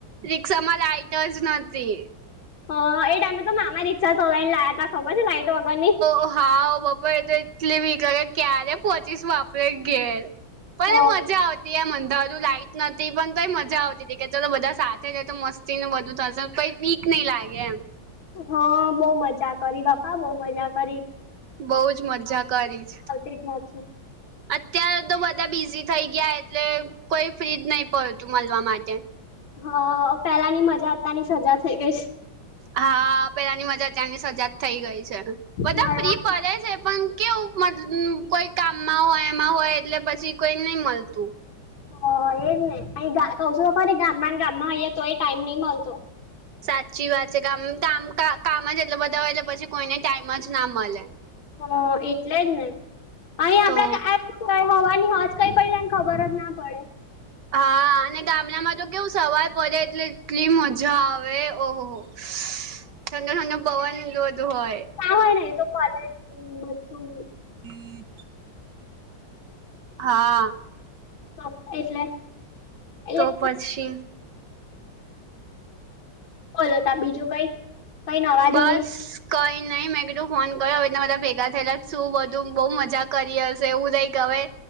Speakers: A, on the right (about 65°); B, on the left (about 85°).
A: રિક્ષામાં લાાઈટ જ નતી.
B: હ એ ટાઈમે તો મામા રિક્ષા ચલાઇ ને લાયા તા ખબર છે લાઈટ વગરની
A: ઓ હાવ બપ તો એતો એટલી બીક લગે ક્યારે પહોચીશું આપરે ઘેર પણ
B: હ
A: એ મજા આવત <unintelligible> લાઈટ નથી પણ તો એ મજા આવતી હતી કે ચલો બધા સાથે છે તો મસ્ત તેનું બધું થશે <unintelligible> બીક નહી લાગે એમ.
B: હ, બહુ મજા કરી બાપા બઉ મજા કરી.
A: બઉુ જ મજા કરી છ.
B: એક વાત છે.
A: અત્યારે તો બધા બિઝી થઈ ગયા એટલે કોઈ ફ્રી જ નહી પડતું મળવા માટે.
B: હ પેલાની મજા અત્યારની સજા થઈ ગઈ છે.
A: હા પેલાની મજા અત્યારની સજા થઈ ગઈ છે બધા
B: મળવા
A: ફ્રી પડે છે પણ કેવું મત, કોઈ કામમાં હોય એમાં હોય એટલે પછી કોઈ નઈ મલતું.
B: હ એજ ને અહી કહુ છુ તો ખરી ગામમાં ગામમાં હોઈએ તો યે ટાઈમ નઈ મલતો.
A: સાચી વાત છે કે કામ કામ જ એટલે બધા હોય એટલે પછી કોઈને ટાઈમ જ ના મળે.
B: હ, એટલે જ ને અહીં આપડા
A: તો
B: હવાની હજ કઈ પડી જયને ખબર જ ના પડે.
A: હા. અને ગામડામાં તો કેવું સવાર પડે એટલે એટલી મજા આવે ઓહોહો ઠંડો ઠંડો પવન ને બધું હોય.
B: ક હોય નહી તો કોલેજ બધું.
A: હમ. હા.
B: તો એટલે
A: તો
B: એટલે
A: પછી.
B: બોલ હતા બીજું કઈ. કઈ નવા
A: બસ
B: જૂની
A: કઈ નહી, મેં કધું ફોન કર્યો હવેના બધા ભેગા થયેલા શું બધું બહુ મજા કરી હશે, એવું રઈ ગવે